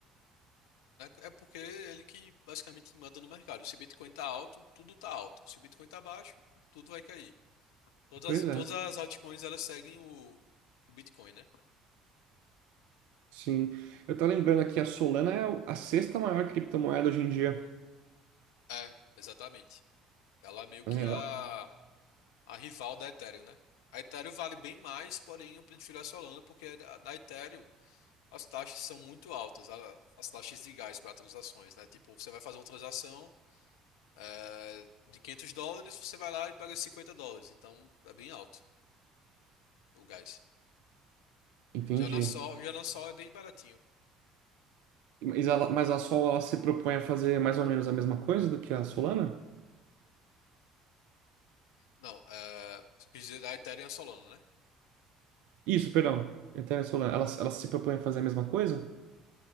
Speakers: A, on the left (about 70°); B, on the right (about 60°).
A: É, é porque ele que basicamente manda no mercado. Se o Bitcoin tá alto, tudo tá alto. Se o Bitcoin tá baixo, tudo vai cair. Todas,
B: Pois
A: as- todas
B: é,
A: as altcoins elas seguem o, o Bitcoin, né?
B: sim. Eu tô lembrando aqui, a Solana é a sexta maior criptomoeda hoje em dia.
A: É, exatamente. Ela é meio
B: É,
A: que
B: ela-
A: a, a rival da Ethereum, né? A Ethereum vale bem mais, porém eu prefiro a Solana porque na Ethereum As taxas são muito altas, a- as taxas de legais para transações, né? Tipo, você vai fazer uma transação é, de 500 dólares, você vai lá e paga 50 dólares. Então, é bem alto o gás.
B: entendi.
A: Já na Sol, já na Sol é bem baratinho.
B: Mas, ela, mas a Sol, ela se propõe a fazer mais ou menos a mesma coisa do que a Solana?
A: Não, é, quer dizer, a Ethereum e a Solana, né?
B: Isso, perdão. Eterna Solar. Ela, ela se propõe a fazer a mesma coisa?